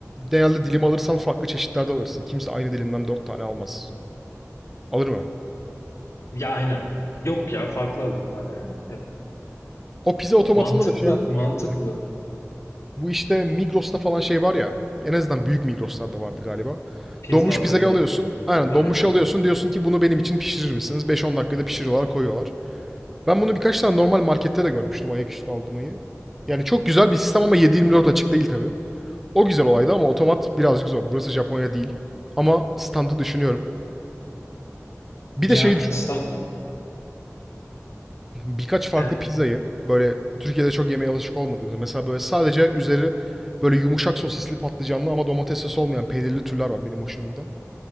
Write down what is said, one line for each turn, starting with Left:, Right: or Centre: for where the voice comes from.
Centre: genelde dilim alırsan farklı çeşitlerde alırsın. Kimse aynı dilimden dört tane almaz. Alır mı?
Left: Ya aynen. Yok ya farklı alırlar yani hep.
Centre: O pizza otomatında
Left: Mantıklı,
Centre: da şey aklıma
Left: mantıklı.
Centre: geldi Bu işte Migros'ta falan şey var ya. En azından büyük Migros'larda vardı galiba.
Left: Pizza
Centre: Donmuş
Left: alabiliyordum.
Centre: pizzayı alıyorsun. Aynen
Left: Aynen.
Centre: donmuş alıyorsun. Diyorsun ki bunu benim için pişirir misiniz? 5-10 dakikada pişiriyorlar, koyuyorlar. Ben bunu birkaç tane normal markette de görmüştüm ayaküstü aldırmayı. Yani çok güzel bir sistem ama 7/24 açık değil tabii. O güzel olaydı ama otomat birazcık zor. Burası Japonya değil. Ama standı düşünüyorum. Bir
Left: Ya
Centre: de şeyi düşün.
Left: İstanbul.
Centre: birkaç farklı
Left: Evet.
Centre: pizzayı böyle Türkiye'de çok yemeye alışık olmadığınız mesela böyle sadece üzeri böyle yumuşak sosisli patlıcanlı ama domates sosu olmayan peynirli türler var benim hoşuma giden.